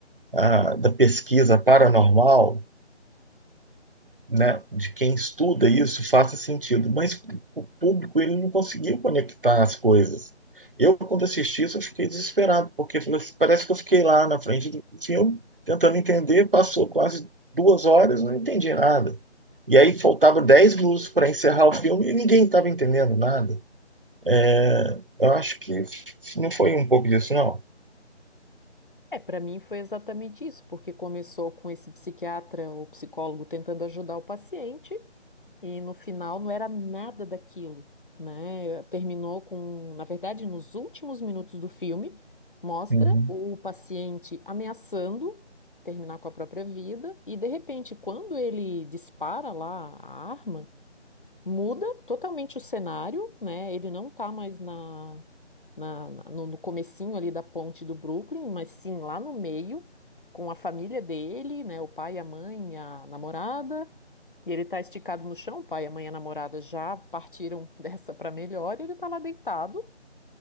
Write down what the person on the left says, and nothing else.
É, para mim foi exatamente isso, porque começou com esse psiquiatra ou psicólogo tentando ajudar o paciente. E no final não era nada daquilo, né? Terminou com, na verdade, nos últimos minutos do filme, mostra
o paciente ameaçando terminar com a própria vida, e de repente, quando ele dispara lá a arma, muda totalmente o cenário, né? Ele não tá mais na, na, na- no, no comecinho ali da ponte do Brooklyn, mas sim lá no meio, com a família dele, né? O pai, a mãe, a namorada. E ele tá esticado no chão, o pai, a mãe e a namorada já partiram <laughs> dessa para melhor, e ele tá lá deitado.